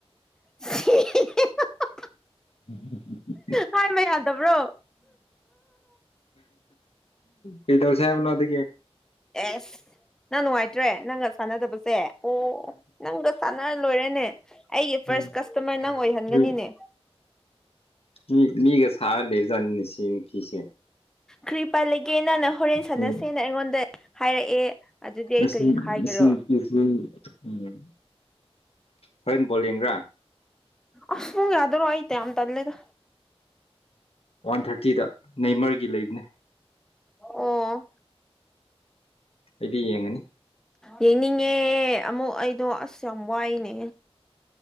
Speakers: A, in the centre; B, on the left (about 65°).
A: ꯁꯤ
B: ꯎꯝ ꯎꯝ
A: ꯍꯥꯏꯕ ꯌꯥꯗꯕ꯭ꯔꯣ
B: ꯀꯗꯧ ꯁꯥꯦꯕ ꯅ ꯑꯗꯨꯒ
A: ꯑꯦꯁ ꯅꯪ ꯅꯨꯡꯉꯥꯏꯇ꯭ꯔꯦ ꯅꯪꯒ ꯁꯥꯟꯅꯗꯕꯁꯦ ꯑꯣ ꯅꯪꯒ ꯁꯥꯟꯅꯔ ꯂꯣꯏꯔꯦꯅꯦ ꯑꯩꯒꯤ ꯐꯥꯔꯁ
B: ꯎꯝ
A: ꯀꯁꯇꯃꯔ ꯅꯪ ꯑꯣꯏꯍꯟꯒꯅꯤꯅꯦ
B: ꯃꯤ ꯃꯤ ꯃꯤꯒ ꯁꯥꯔꯒ ꯂꯩꯕꯖꯥꯠꯅꯤꯅꯦ ꯁꯤ ꯅꯨ ꯐꯤꯁꯦ
A: ꯀ꯭ꯔꯤꯄꯥ ꯂꯩꯒꯦꯅꯅ ꯍꯣꯔꯦꯟ ꯁꯥꯟꯅꯁꯦꯅ
B: ꯎꯝ
A: ꯑꯩꯉꯣꯟꯗ ꯍꯥꯏꯔꯛꯑꯦ ꯑꯗꯨꯗꯤ
B: ꯉꯁꯤ
A: ꯑꯩ ꯀꯔꯤ ꯍꯥꯏꯒꯦꯔꯣ
B: ꯉꯁꯤ ꯎꯝ ꯍꯣꯔꯦꯟ ꯕꯣꯜ ꯌꯦꯡꯕ꯭ꯔꯥ
A: ꯑꯁ ꯎꯨꯡ ꯌꯥ꯭ꯔꯣ ꯑꯥꯏꯇꯦ ꯑꯝ ꯇꯂꯦꯗ
B: ꯋꯥꯟ ꯊꯥꯔꯇꯤꯗ ꯅꯃꯔꯒꯤ ꯂꯩꯕꯅꯦ
A: ꯑꯣ
B: ꯑꯩꯗꯤ ꯌꯦꯡꯉꯅꯤ
A: ꯌꯦꯡꯅꯤꯡꯉꯦ ꯑꯃꯨꯛ ꯑꯩꯗꯣ ꯑꯁ ꯌꯥꯝ ꯋꯥꯏꯅꯦ